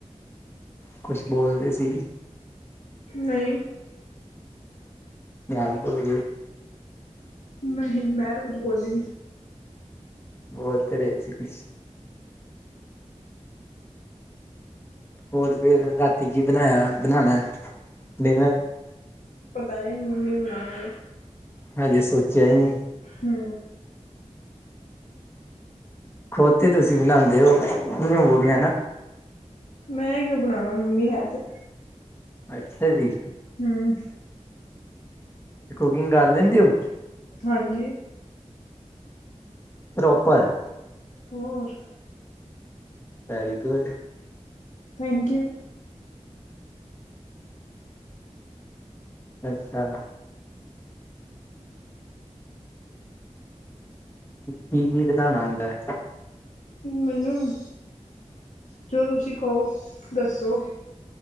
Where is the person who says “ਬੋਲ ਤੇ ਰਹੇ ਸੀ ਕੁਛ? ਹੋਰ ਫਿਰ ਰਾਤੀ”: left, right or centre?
Left